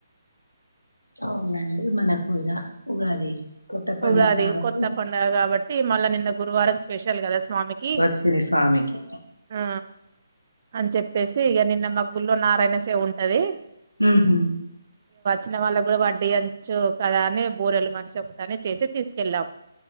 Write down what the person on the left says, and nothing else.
అవునండి మన పూజ ఉగాది కొత్త పండగ
కాబట్టి
వచ్చింది స్వామికి
హ్మ్ హు